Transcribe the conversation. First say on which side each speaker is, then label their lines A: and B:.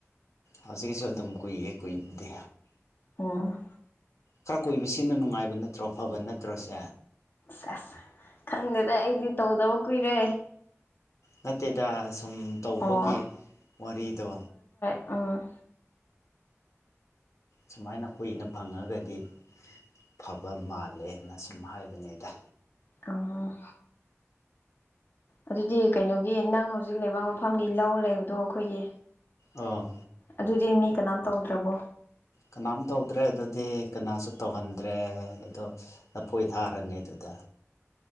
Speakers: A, on the left; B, on the left.
A: ꯍꯧꯖꯤꯛꯀꯤꯁꯨ ꯑꯗꯨꯝ ꯀꯨꯏꯌꯦ ꯀꯨꯏꯕꯨꯗꯤ
B: ꯑꯣ
A: ꯈꯔ ꯀꯣꯏꯕꯁꯤꯅ ꯅꯨꯡꯉꯥꯏꯕ ꯅꯠꯇ꯭ꯔꯣ ꯐꯕ ꯅꯠꯇ꯭ꯔꯣꯁꯦ
B: ꯁꯦꯁ ꯈꯪꯗꯦꯗ ꯑꯩꯗꯤ ꯇꯧꯗꯕ ꯀꯨꯏꯔꯦ
A: ꯅꯠꯇꯦꯗ ꯁꯨꯝ ꯇꯧꯕꯒꯤ
B: ꯑꯣ
A: ꯋꯥꯔꯤꯗꯣ
B: ꯑꯥ
A: ꯁꯨꯃꯥꯏꯅ ꯀꯨꯏꯅ ꯐꯪꯉꯒꯗꯤ ꯐꯕ ꯃꯥꯜꯂꯦꯅ ꯁꯨꯝ ꯍꯥꯏꯕꯅꯦꯗ
B: ꯑ ꯑꯗꯨꯗꯤ ꯀꯩꯅꯣꯒꯤ ꯅꯪ ꯍꯧꯖꯤꯛ ꯂꯩꯕ ꯃꯐꯝꯒꯤ ꯂꯧ ꯂꯩꯕꯗꯣ ꯑꯩꯈꯣꯏꯒꯤ
A: ꯑꯥ
B: ꯑꯗꯨꯗꯤ ꯃꯤ ꯀꯅꯥꯝ ꯇꯧꯗ꯭ꯔꯕꯣ
A: ꯀꯅꯥꯝ ꯇꯧꯗ꯭ꯔꯦ ꯑꯗꯨꯗꯤ ꯀꯅꯥꯁꯨ ꯇꯧꯍꯟꯗ꯭ꯔꯦ ꯑꯗꯣ ꯅꯐꯣꯏ ꯊꯥꯔꯅꯤ ꯑꯗꯨꯗ